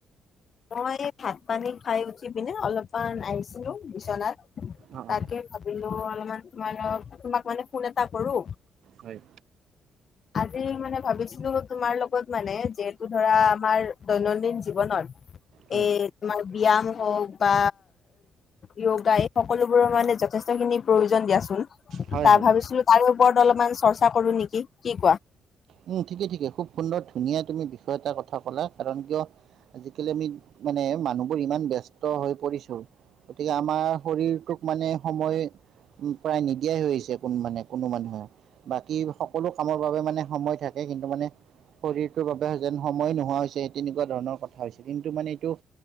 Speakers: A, on the left; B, on the right.
A: মই ভাত-পানী খাই উঠি-পিনে অলপমান আহিছিলো বিচনাত,
B: অঁ
A: তাকে
B: অঁ
A: ভাবিলো অলপমান তোমাৰ লগত, তোমাক মানে ফোন এটা কৰো।
B: হয়।
A: আজি মানে ভাবিছিলো তোমাৰ লগত মানে, যিহেতু ধৰা আমাৰ দৈনন্দিন জীৱনত
B: হয়
A: এই তোমাৰ ব্যায়াম হওক বা য়োগাই সকলোবোৰৰ মানে যথেষ্ট খিনি প্ৰয়োজন দিয়াচোন।
B: হয়
A: তাৰ
B: হয়
A: ভাবিছিলো তাৰে ওপৰত অলপমান চৰ্চা কৰো নেকি। কি কোৱা?
B: উম, ঠিকে, ঠিকে খুব সুন্দৰ ধুনীয়া তুমি বিষয় এটা কথা কলা কাৰণ, কিয় আজিকালি আমি মানে মানুহবোৰ ইমান ব্যস্ত হৈ পৰিছো গতিকে আমাৰ শৰীৰটোক মানে সময় প্ৰায় নিদিয়াই হৈ আহিছে কোন মানে কোনো মানুহে। বাকী সকলো কামৰ বাবে মানে সময় থাকে কিন্তু মানে শৰীৰটোৰ বাবে যেন সময় নোহোৱা হৈছে, সেই তেনেকুৱা ধৰণৰ কথা হৈছে কিন্তু মানে এইটো